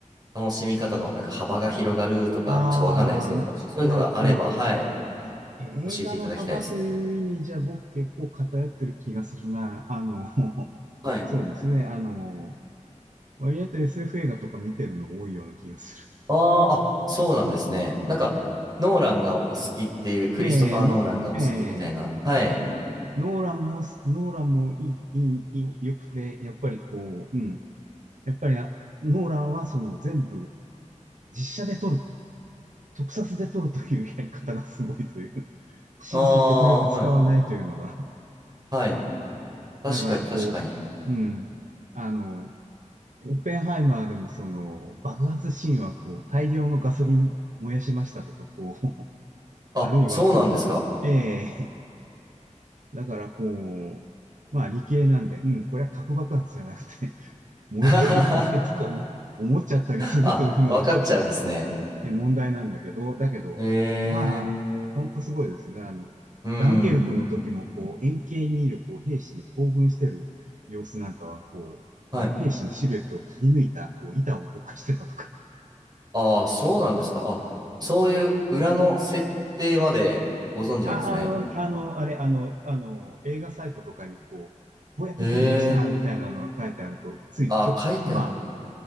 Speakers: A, on the right; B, on the right.
A: 楽しみ方のなんか幅が広がるとか、
B: ああ、
A: ちょっとわかんないですけど、
B: な、
A: もしそういうのがあれば、
B: なる、なるほど。
A: はい、
B: 映画の幅という意味じゃ僕結構偏ってる気がするな。
A: 教えていただきたいですね。
B: あの、<laughs>
A: はい。
B: そうですね。あの、割と SF 映画とか見てるのが多いような気がす
A: あーあ、そうなんですね。なんか、ノーランがお好きっていう、クリストファー・
B: る。ええ、の、
A: ノーランがお好きみたいな。
B: ええ、
A: はい。
B: ノーランもす、ノーランもいい、いい、良くて、やっぱりこう、うん。やっぱりあ、ノーランはその全部実写で撮る、特撮で撮るというやり方がすごいという、<laughs> CG
A: あ
B: 極力使わないというのが
A: あ、はい。はい。確かに、
B: だからこう、
A: 確かに。
B: うん。あの、オッペンハイマーでもその爆発シーンはこう大量のガソリン燃やしましたとかこう、<laughs>
A: あ、
B: あるいはこう、
A: そうなんですか。
B: ええだからこう、まあ理系なんで、うん、これは核爆発じゃなくて <laughs> 燃えてるよねとか思思っちゃったりするというのがちょっと
A: <laughs> あ、わかっちゃうんですね。
B: え問題なんだけど、だけど、
A: え
B: まあ、
A: え、
B: ほんとすごいですね。あの、
A: うん。
B: ダンケルクの時も、こう、円形にいる、こう、兵士の興奮してる様子なんかは、こう、
A: はい。
B: あの、兵士のシルエットを切り抜いた、こう、板を動かしてたとか。
A: ああ、そうなんですか。あ、そういう裏の設定までご存知なんですね。
B: あ、あの、あの、あれ、あの、あの、映画サイトとかに、こう、こうやって撮りました、
A: ええ、
B: みたいなのが書いてあると、ついちょ、
A: あ書いてあるな。
B: ま